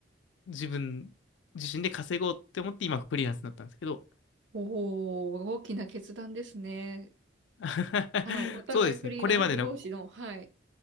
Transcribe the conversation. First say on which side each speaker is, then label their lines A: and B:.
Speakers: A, on the left; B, on the right.
A: う自分自身で稼ごうって思って今フリーランスになったんですけど、
B: おお、大きな決断ですね。
A: <laughs>
B: はい。お互いフリーランス同士の、
A: そうですね。これまでの、
B: はい。